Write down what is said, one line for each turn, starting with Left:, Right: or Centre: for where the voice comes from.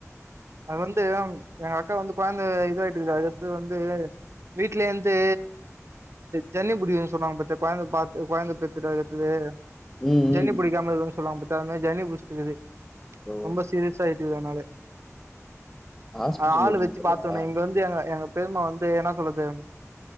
Right: அது வந்து எங்க அக்கா வந்து கொழந்த இதாயிட்டுருக்கு அது வந்து வீட்லயேந்து சென்னி புடிக்குதுன்னு சொன்னாங்க பாத்தியா கொழந்த பாத்து கொழந்த பெத்துட்டு இருது
Left: ம்
Right: ஜன்னி
Left: ம்
Right: புடிக்காமா இருக்கனும்னு சொல்லுவாங்க பத்தியா அது மாரி ஜன்னி புடிச்சுக்குது
Left: ஓ
Right: ரொம்ப சீரியஸா ஆயிட்டு அதுனாலயே
Left: ஹாஸ்பிட்டல்
Right: அ ஆளு வச்சு
Left: போலியா
Right: பாத்தோனே இங்க வந்து எங்க எங்க பெரிம்மா வந்து என்னா சொல்லுது